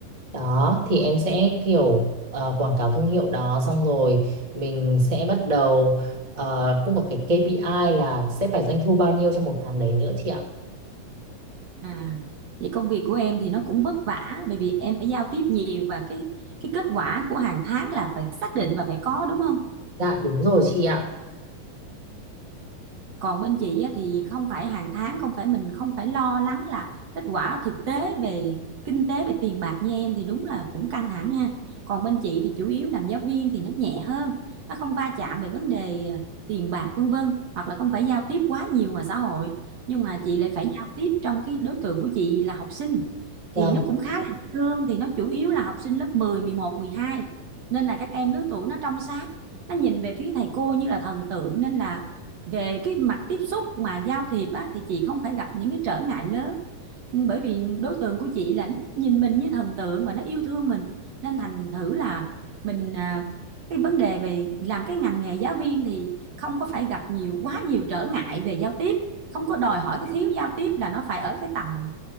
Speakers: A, on the right; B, on the right.
A: Đó, thì em sẽ kiểu ờ, quảng cáo thương hiệu đó xong rồi mình sẽ bắt đầu ờ, cũng có cái KPI là sẽ phải doanh thu bao nhiêu trong một tháng đấy nữa chị ạ.
B: à vậy công việc của em thì nó cũng vất vả bởi vì em phải giao tiếp nhiều và cái cái kết quả của hàng tháng là phải xác định và phải có đúng không
A: Dạ đúng rồi chị ạ.
B: còn bên chị á, thì không phải hàng tháng không phải mình không phải lo lắng là kết quả thực tế về kinh tế về tiền bạc như em thì đúng là cũng căng thẳng ha còn bên chị thì chủ yếu làm giáo viên thì nó nhẹ hơn nó không va chạm về vấn đề ờ, tiền bạc vân vân hoặc là không phải giao tiếp quá nhiều ngoài xã hội nhưng mà chị lại phải giao tiếp trong cái đối tượng của chị là học sinh
A: Vâng.
B: thì nó cũng khá là dễ thương thì nó chủ yếu là học sinh lớp 10, 11, 12 nên là các em lứa tuổi nó trong sáng nó nhìn về phía thầy cô như là thần tượng nên là về cái mặt tiếp xúc mà giao thiệp á, thì chị không phải gặp những cái trở ngại lớn Ừ, bởi vì đối tượng của chị là nó nhìn mình như thần tượng và nó yêu thương mình nên thành thử là mình à, cái vấn đề về làm cái ngành nghề giáo viên thì không có phải gặp nhiều quá nhiều trở ngại về giao tiếp không có đòi hỏi cái khiếu giao tiếp là nó phải ở cái tầm